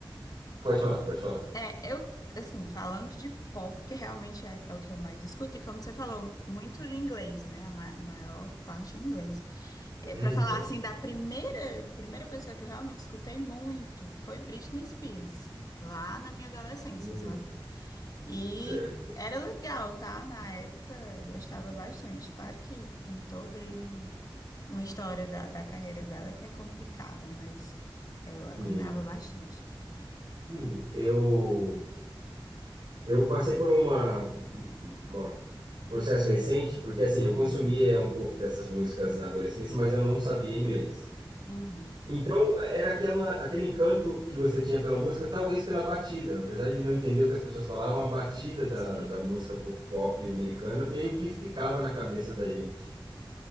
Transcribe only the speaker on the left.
É, eu, assim, falando de pop, que realmente é, é o que eu mais escuto, e como você falou, muito em inglês, né? A ma- a maior parte em inglês. É,
para
falar assim da primeira primeira pessoa que eu realmente escutei muito foi Britney Spears, lá na minha adolescência,
sabe? E
era legal, tá? Na época eu gostava bastante. Claro que tem toda aí um, uma história da, da carreira dela que é complicada, mas eu
acompanhava bastante.
Hum.
Uhum.
Sim.